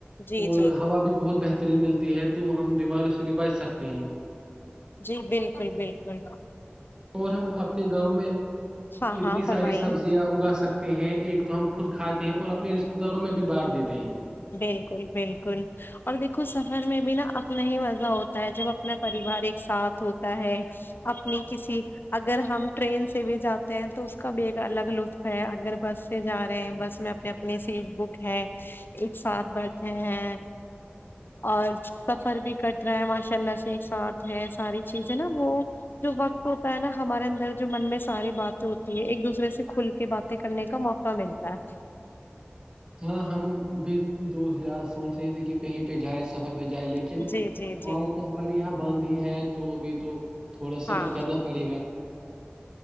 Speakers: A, on the left; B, on the right.
A: جی
B: اور
A: جی
B: ہوا بھی بہت بہتر ری ملتی ہے تو ہم بیماریوں سے بھی بچ سکتے ہیں
A: جی بالکل بالکل
B: اور ہم اپنی گاؤں میں
A: ہاں
B: اتنی
A: ہاں فرمائیے
B: ساری سبزیاں اگا سکتے ہیں ایک تو ہم خود کھاتے ہیں اور اپنے رشتے داروں میں بھی بانٹ دیتے ہیں
A: بالکل بالکل اور دیکھو سفر میں بھی نا اپنا ہی مزہ ہوتا ہے جب اپنا پریوار ایک ساتھ ہوتا ہے اپنی کسی اگر ہم ٹرین سے بھی جاتے ہیں تو اس کا بھی ایک الگ لطف ہے اگر بس سے جا رہے ہیں بس میں اپنے اپنی سیٹ بک ہے ایک ساتھ بیٹھے ہیں اور سفر بھی کٹ رہا ہے ماشاء اللہ سے ایک ساتھ ہے ساری چیزیں نا وہ جو وقت ہوتا ہے نا ہمارے اندر جو من میں ساری باتیں ہوتی ہے ایک دوسرے سے کھل کے بات کرنے کا موقع ملتا ہے
B: ہاں ہم بھی دوست یار سوچ رہے تھے کہ کہیں پہ جائے سفر پہ جائے لیکن
A: ہے
B: لیکن
A: جی جی جی
B: آج تو ہمارے یہاں بند ہی ہے تو ابھی تو تھوڑا صبر
A: ہاں
B: کرنا پڑے گا